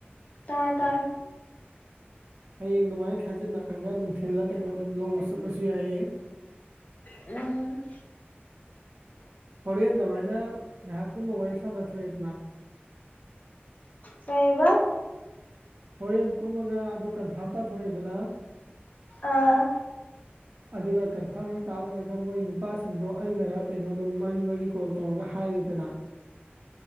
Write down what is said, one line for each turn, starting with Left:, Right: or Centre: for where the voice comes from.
Left: ꯇꯥꯔ ꯇꯔ
Right: ꯍꯌꯦꯡ ꯑꯗꯨꯃꯥꯏꯅ ꯈꯥꯖꯤꯟꯅꯔꯒ ꯅꯨꯡꯊꯤꯜꯂ ꯀꯩꯅꯣ ꯑꯗꯨꯝ ꯂꯧꯕ ꯆꯠꯂꯁꯨ ꯌꯥꯏꯌꯦ
Left: ꯎꯝ
Right: ꯍꯣꯔꯦꯟ ꯑꯗꯨꯃꯥꯏꯅ ꯉꯥꯏꯍꯥꯛꯀꯨꯝꯕ ꯋꯥꯔꯤ ꯁꯥꯟꯅ ꯊꯣꯛꯣꯛꯑꯦ ꯑꯗꯨꯅ
Left: ꯀꯕ
Right: ꯍꯣꯔꯦꯟ ꯀꯨꯝꯃꯒ ꯑꯗꯨ ꯀꯟꯐꯥꯔꯝ ꯇꯥꯊꯣꯔꯛꯑꯦꯗꯅ
Left: ꯑꯥ
Right: <inaudible> ꯑꯗꯨꯒ ꯀꯟꯐꯥꯔꯝ ꯍꯦꯛ ꯇꯥ ꯂꯣꯏꯔꯒ ꯃꯣꯏ ꯅꯨꯄꯥꯁꯤꯡꯗꯣ ꯑꯩꯅꯔ ꯀꯩꯅꯣ ꯑꯗꯨꯝ ꯃꯔꯤ ꯃꯔꯤ ꯀꯣꯜ ꯇꯧꯔꯒ ꯍꯥꯏꯔꯦꯗꯅ